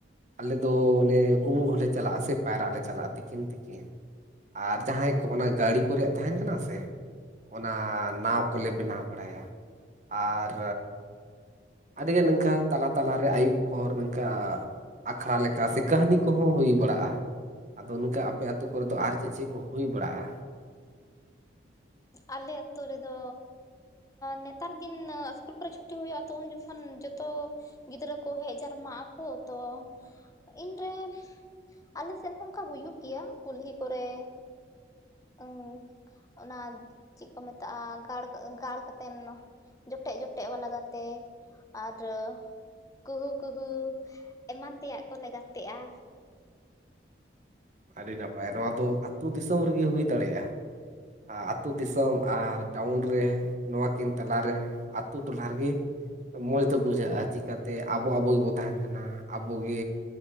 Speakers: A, on the right (about 40°); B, on the left (about 20°).
A: ᱟᱞᱮ ᱫᱚ ᱚᱱᱮ ᱩᱢᱩᱜ ᱦᱚᱞᱮ ᱪᱟᱞᱟᱜᱼᱟ ᱥᱮ ᱯᱟᱭᱨᱟᱜ ᱞᱮ ᱪᱟᱞᱟᱜᱼᱟ ᱛᱤᱠᱤᱱ ᱛᱤᱠᱤᱱ ᱟᱨ ᱡᱟᱦᱟᱸᱭ ᱠᱚ ᱚᱱᱟ ᱜᱟᱹᱲᱤ ᱠᱚᱨᱮ ᱛᱟᱦᱮᱱ ᱠᱟᱱᱟ ᱥᱮ ᱚᱱᱟ ᱱᱟᱣ ᱠᱚᱞᱮ ᱵᱮᱱᱟᱣ ᱵᱟᱲᱟᱭᱟ ᱟᱨᱻ ᱟᱹᱰᱤᱜᱟᱱ ᱱᱤᱝᱠᱟᱹ ᱛᱟᱞᱟ ᱛᱟᱞᱟᱨᱮ ᱟᱹᱭᱩᱵ ᱯᱟᱦᱚᱨ ᱱᱚᱝᱠᱟ ᱟᱠᱷᱲᱟ ᱞᱮᱠᱟ ᱥᱮ ᱠᱟᱹᱦᱱᱤ ᱠᱚᱦᱚᱸ ᱦᱩᱭ ᱵᱟᱲᱟᱜᱼᱟ᱾ ᱟᱫᱚ ᱱᱝᱠᱟ ᱟᱯᱮ ᱟᱛᱩ ᱠᱚᱨᱮᱫ ᱫᱚ ᱟᱨ ᱪᱮᱫ ᱪᱮᱫ ᱠᱚ ᱦᱩᱭ ᱵᱟᱲᱟᱜᱼᱟ?
B: ᱟᱞᱮ ᱟᱹᱛᱩ ᱨᱮᱫᱚ ᱱᱮᱛᱟᱨ ᱫᱤᱱ ᱤᱥᱠᱩᱞ ᱠᱚᱨᱮ ᱪᱷᱩᱴᱤ ᱦᱩᱭᱩᱜᱼᱟ ᱛᱚ ᱩᱱ ᱡᱚᱠᱷᱚᱱ ᱡᱚᱛᱚ ᱜᱤᱫᱽᱨᱟᱹ ᱠᱚ ᱦᱮᱡ ᱡᱟᱨᱢᱟᱜ ᱟᱠᱚ ᱛᱚ ᱤᱱᱨᱮᱱ ᱟᱞᱮ ᱥᱮᱫ ᱦᱚᱸ ᱚᱱᱠᱟ ᱦᱩᱭᱩᱜ ᱜᱮᱭᱟ ᱠᱩᱞᱦᱤ ᱠᱚᱨᱮ ᱩᱸ ᱚᱱᱟ ᱪᱮᱫ ᱠᱚ ᱢᱮᱛᱟᱜᱼᱟ, ᱜᱟᱲ ᱜᱟᱲ ᱠᱟᱛᱮᱫ ᱡᱚᱴᱮᱫ ᱡᱚᱴᱮᱫ ᱞᱟᱜᱟ ᱜᱟᱛᱮ ᱟᱨ ᱠᱩᱦᱩ ᱠᱩᱦᱩ ᱮᱢᱟᱱ ᱛᱮᱭᱟᱜ ᱠᱚᱞᱮ ᱜᱟᱛᱮᱜᱼᱟ᱾
A: ᱟᱹᱰᱤ ᱱᱟᱯᱟᱭ ᱱᱚᱣᱟ ᱫᱚ ᱟᱹᱛᱩ ᱫᱤᱥᱚᱢ ᱨᱮᱜᱮ ᱦᱩᱭ ᱫᱟᱲᱮᱭᱟᱜᱼᱟ᱾ ᱟᱛᱩ ᱫᱤᱥᱚᱢ ᱟᱨ ᱴᱟᱣᱩᱱ ᱨᱮ ᱱᱚᱣᱟ ᱠᱤᱱ ᱛᱟᱞᱟᱨᱮ᱾ ᱟᱛᱳ ᱴᱚᱞᱟ ᱨᱮᱜᱮ ᱢᱚᱸᱡᱽ ᱫᱚ ᱵᱩᱡᱷᱟᱹᱜᱼᱟ ᱪᱤᱠᱟᱛᱮ ᱟᱵᱚ ᱟᱵᱚ ᱜᱮᱵᱚᱱ ᱛᱟᱦᱮᱸᱱ ᱠᱟᱱᱟ ᱟᱵᱚᱜᱮ